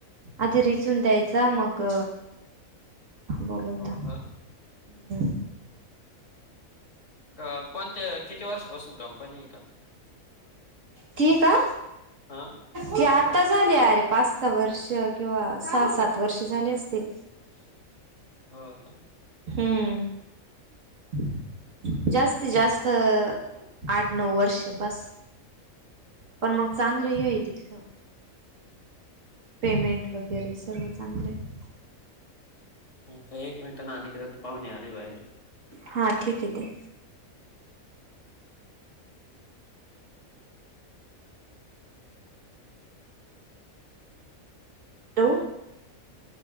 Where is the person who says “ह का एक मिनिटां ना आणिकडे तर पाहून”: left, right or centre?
Left